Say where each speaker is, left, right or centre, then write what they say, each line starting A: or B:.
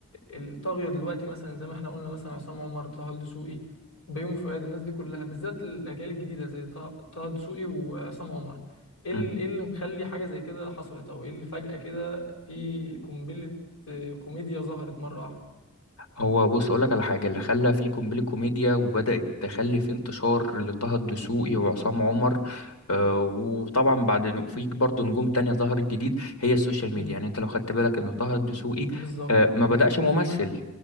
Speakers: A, on the left; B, on the left.
A: الطاغية دلوقتي مثلا زي ما احنا قلنا مثلا عصام عمر طه دسوقي بيومي فؤاد الناس دي كلها بالذات الأجيال الجديدة زي طه طه دسوقي وعصام عمر ايه
B: مم.
A: ال- ايه اللي مخلي حاجة زي كده حصلت او ايه اللي فجأة كده في قنبلة آه، كوميديا ظهرت مرة واحدة
B: هو بص أقولك على حاجة اللي خلى في قنبلة كوميديا وبدأت تخلي في انتشار لطه الدسوقي وعصام عمر آه، وطبعا بعد إنه في برضه نجوم تانية ظهرت جديد هي السوشيال ميديا
A: مم.
B: يعني انت لو خدت بالك ان طه الدسوقي
A: بالظبط
B: آه، ما
A: بالظبط
B: بدأش ممثل